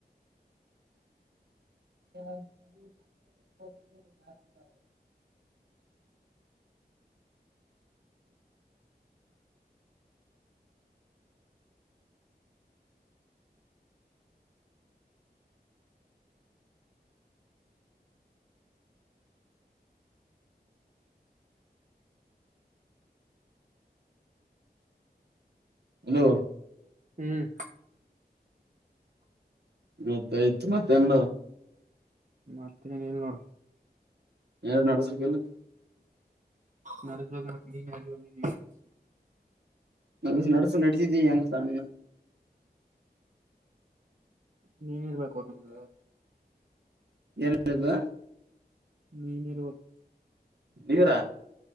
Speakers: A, on the right; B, on the right.
A: <inaudible> ಹಲೋ.
B: ಹ್ಮ್.
A: ಮತ್ ಆಯ್ತು ಮತ್ತೆ ಎನ್.
B: ಮತ್ತೆನ್ ಇಲ್ ನೋಡು.
A: ಎರ್ಡ್ ನೆಡ್ಸಕಿಲ್ಲ.
B: ನೆಡ್ಸಬೇಕ್ ಮತ್ ನೀ. <unintelligible>
A: ನೆಡ್ಸ್ ನೆಡ್ಸ್ ನೆಡ್ಸಿದಿ ಎಂಗ್ ಸಣ್ಣ್.
B: ನೀ ಇರ್ಬೇಕೊ ನಮ್ಗ.
A: ಏನ್ಕ್ ಬೇಕು.
B: ನೀ ಇರ್ಬಾಕ್.
A: ನೀರ.